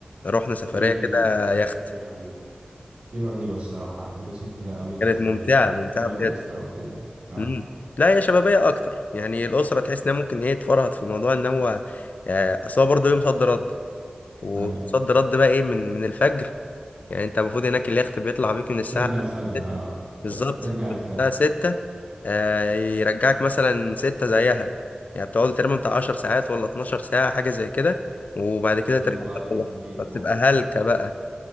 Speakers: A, on the left; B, on the right.
A: رحنا سفريه
B: دي
A: كده يخت
B: دي رهيبة دي رهيبة الصراحة هتتبسط فيها قوي كشباب
A: كانت ممتعه
B: يعني لكن
A: ممتعه
B: لو
A: بجد
B: أسرة أو كده اه
A: امم لا هي شبابيه اكتر يعني الاسره تحس انها ممكن ايه تفرهد في موضوع ان هو آه، اصل هو برضه يوم صد رد وصد
B: أيوة
A: رد بقى ايه من من الفجر يعني انت المفروض هناك اليخت بيطلع بيك من الساعه
B: ترجع الفجر اه
A: بالظبط
B: ت- ترجع الفجر
A: بتاع ستة آه، يرجعك مثلا ستة زيها يعني بتقعدوا تقريبا بتاع عشر ساعات ولا اتناشر ساعة حاجة زي كده وبعد كده
B: غير
A: ترجع
B: بقى الطريق
A: تروح فبتبقى
B: وبتاع
A: هلكة بقى